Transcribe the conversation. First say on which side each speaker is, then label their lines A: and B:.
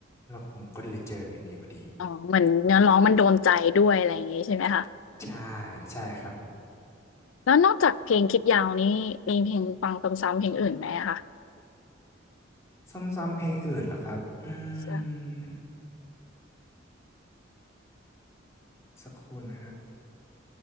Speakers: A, on the left; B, on the left.
A: แล้วผมก็เลยเจอเพลงนี้พอดี
B: อ๋อเหมือนเนื้อร้องมันโดนใจด้วยอะไรอย่างงี้ใช่ไหมคะ
A: ใช่ใช่ครับ
B: แล้วนอกจากเพลงคิดยาวนี้ มีเพลงฟังซ้ำๆเพลงอื่นไหมอะคะ
A: ซ้ำๆเพลงอื่นเหรอครับอื
B: ใช่
A: มสักครู่นะฮะ